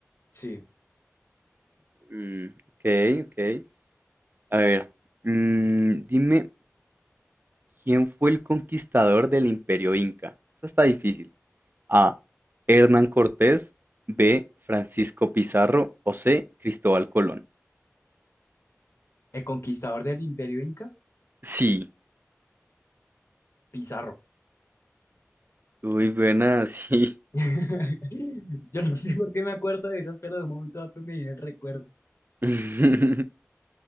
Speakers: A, on the left; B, on the right.
A: Sí.
B: Mm, ok, ok. A ver, mm, dime. ¿Quién fue el conquistador del Imperio Inca? Esta está difícil. A. Hernán Cortés. B. Francisco Pizarro. O C. Cristóbal Colón.
A: ¿El conquistador del Imperio Inca?
B: Sí.
A: Pizarro.
B: Uy, buena, sí.
A: <laughs> Yo no sé por qué me acuerdo de esas, pero de un momento a otro me viene el recuerdo.
B: <laughs>